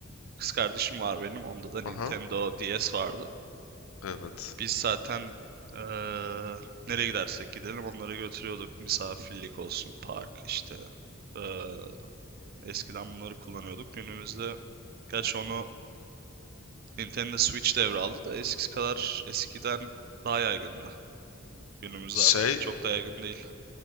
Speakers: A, on the right; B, on the left.
A: Kız kardeşim var benim. Onda da Nintendo
B: Aha,
A: DS vardı.
B: evet.
A: Biz zaten eee, nereye gidersek gidelim onları götürüyorduk. Misafirlik olsun, park işte. Eee, eskiden bunları kullanıyorduk. Günümüzde gerçi onu Nintendo Switch devraldı da eskisi kadar eskiden daha yaygındı. Günümüzde
B: Şey,
A: artık çok da yaygın değil.